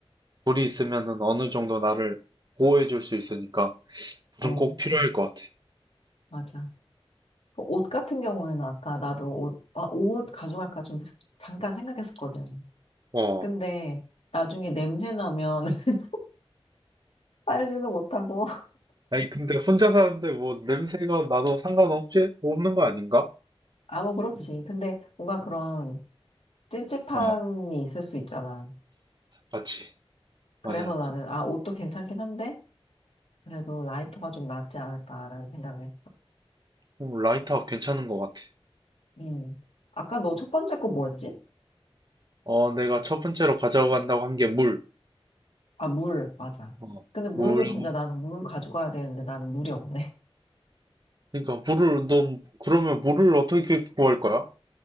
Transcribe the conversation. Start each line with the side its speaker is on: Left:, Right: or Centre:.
Right: 불이 있으면은 어느 정도 나를 보호해 줄 수 있으니까
Left: 어,
Right: 불은 꼭 필요할 것 같아
Left: 맞아. 그옷 같은 경우에는 아까 나도 옷, 아, 옷 가져갈까 좀 잠깐 생각했었거든.
Right: 어
Left: 근데 나중에 냄새 나면 <laughs> 빨지도 못하고.
Right: 아니 근데 혼자 사는데 뭐 냄새가 나도 상관없지 없는 거 아닌가
Left: 아, 뭐, 그렇지. 근데 뭔가 그런 찝찝함이
Right: 어
Left: 있을 수 있잖아.
Right: 맞지
Left: 그래서
Right: 맞아
Left: 나는, 아, 옷도 괜찮긴 한데, 그래도 라이터가 좀 낫지 않을까라는 생각을 했어.
Right: 오, 라이터 괜찮은 것 같아.
Left: 음. 아까 너 첫 번째 거 뭐였지?
Right: 어, 내가 첫 번째로 가져간다고 한 게 물.
Left: 아, 물. 맞아.
Right: 어,
Left: 근데 물도
Right: 물하고.
Left: 진짜
Right: 음.
Left: 나는 물 가져가야 되는데 나는 물이 없네.
Right: 그러니까 물을 너 그러면 물을 어떻게 구할 거야?